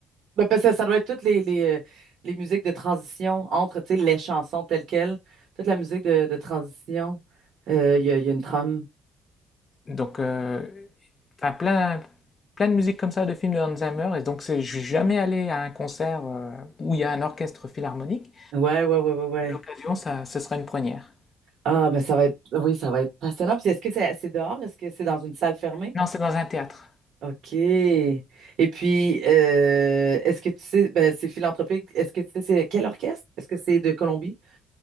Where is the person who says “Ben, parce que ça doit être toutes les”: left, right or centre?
Right